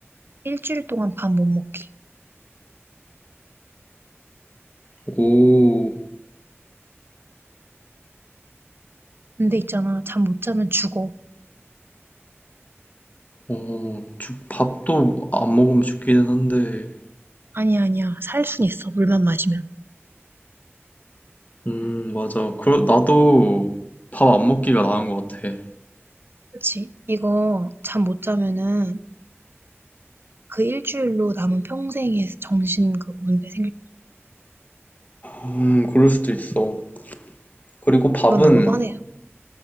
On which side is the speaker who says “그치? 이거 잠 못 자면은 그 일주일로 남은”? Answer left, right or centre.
Right